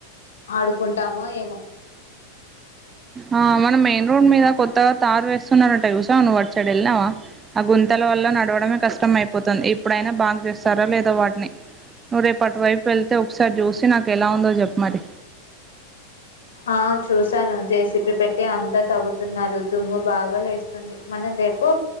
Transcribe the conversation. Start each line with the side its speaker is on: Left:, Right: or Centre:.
Left: ఆడుకుంటామో ఏమో
Right: ఆ మనం మెయిన్ రోడ్ మీద కొత్తగా తారు వేస్తున్నారంట చూసావు నువ్వు వాటు సైడ్ వెళ్నావా ఆ గుంతెల వల్ల నడవడమే కష్టం అయిపోతుంది ఇప్పుడైనా బాగ చేస్తారా లేదో వాటిని నువ్వు రేపు అటువైపు వెళ్తే ఒకసారి చూసి నాకు ఎలా ఉందో చెప్పు మరి
Left: ఆ చూస్ సను జెసిపీ పెట్టి అ తవ్వుతున్నారు దుమ్ము బాగా లేస్తుంది. మనం రేపు